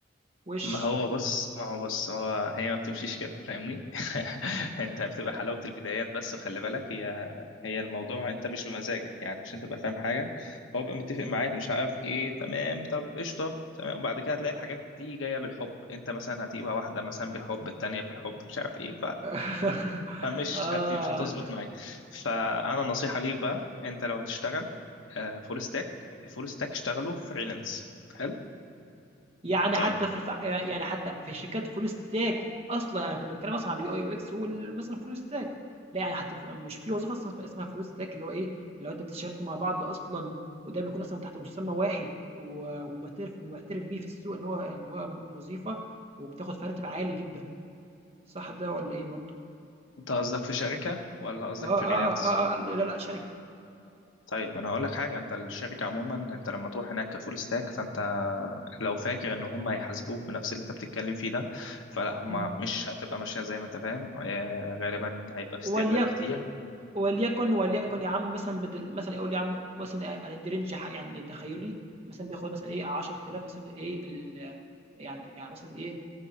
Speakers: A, on the right (about 30°); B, on the left (about 80°).
A: وِش.
B: ما هو بص ما هو بص هو هي ما بتمشيش كده فاهمني <laughs> انت بتبقى حلاوة البدايات بس وخلي بالك هي هي الموضوع انت مش بمزاجك يعني عشان تبقى فاهم حاجة هو بيبقى متفق معاك مش عارف ايه تمام طب قشطة تمام وبعد كده هتلاقي الحاجات دي جاية بالحب انت مثلا هتبقى واحدة مثلا بالحب التانية في الحب مش عارف ايه
A: <laughs>
B: فمش
A: آه.
B: هت... مش هتظبط معاك فانا نصيحه ليك بقى انت لو هتشتغل آه، فول ستاك فول ستاك اشتغلوا فريلانس حلو
A: يعني
B: طيب
A: حتى في الف... يعني حتى في الشركات فول ستاك اصلا انا كنت بتكلم اصلا على اليو اي يو اكس مثلا فول ستاك لا يعني حتى في... مش في وظيفه اصلا اسمها فول ستاك اللي هو ايه لو انت بتشتغل مع بعض اصلا وده بيكون اصلا تحت مسمى واحد و... ومعترف ومعترف بيه في السوق ان هو ان هو وظيفه وبتاخد في راتب عالي جدا صح ده ولا ايه برضه؟
B: انت قصدك في شركه ولا قصدك
A: اه اه
B: فريلانس
A: اه, آه, آه لا لا شركه
B: طيب ما انا هقول لك حاجه انت الشركه عموما انت لما تروح هناك كفول ستاك فانت لو فاكر ان هم هيحاسبوك بنفس اللي انت بتتكلم فيه ده فلا هم
A: مم.
B: مش هتبقى ماشيه زي ما انت فاهم آه، غالبا هيبقى في
A: وليكن
B: استغلال كتير
A: وليكن وليكن يا عم مثلًا بدل مثلًا يقول يا عم مثلًا هندّي رينج ح يعني تخيّلي مثلًا بياخد مثلًا إيه 10.000 مثلًا إيه ال يعني يعني مثلًا إيه